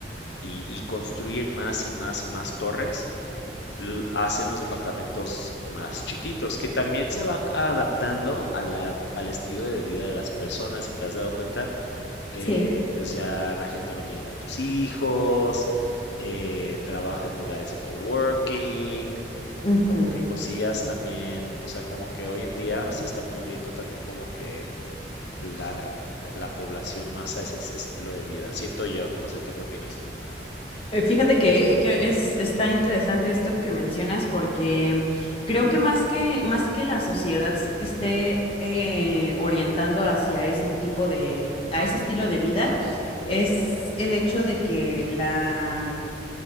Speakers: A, on the left (about 80°); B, on the left (about 30°).
A: y- y construyen más y más y más torres, l- hacen los departamentos más chiquitos, que también se va adaptando a la- al estilo de vida de las personas. Si te has dado cuenta, eh,
B: sí.
A: pues ya la gente no tiene tantos hijos, eh, trabaja en lugares de coworking.
B: Ujú.
A: Como que cosillas también, o sea, como que hoy en día se está moviendo también como que la, la población masa es ese estilo de vida. Siento yo, no sé tú qué opinas.
B: Eh, Fíjate que, que es, está interesante esto que mencionas porque creo que más que, más que la sociedad se esté eh, orientando hacia ese tipo de, a ese estilo de vida,
A: Ujú.
B: es el hecho de que la